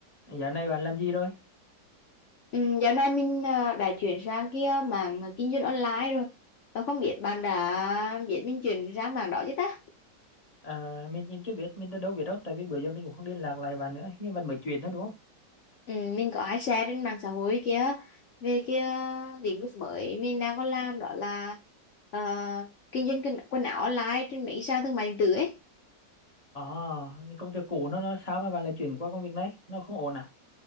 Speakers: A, on the left; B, on the left.
A: Dạo này bạn làm gì rồi?
B: Ừ, dạo này mình ờ, đã chuyển sang kia mảng kinh doanh online rồi. Và không biết bạn đã biết mình chuyển sang mảng đó chứ ta?
A: À, mình mình chưa biết, mình đã đâu biết đâu, tại vì bữa giờ mình cũng không liên lạc lại bạn nữa, hình như bạn mới chuyển thôi đúng không?
B: Ừ, mình có hay share trên mạng xã hội kia về cái ờ, lĩnh vực mới mình đang có làm đó là ờ, kinh doanh quần quần áo online trên mấy sàn thương mại điện tử ấy.
A: À, nhưng công việc cũ nó nó sao mà bạn lại chuyển qua công việc này? Nó không ổn à?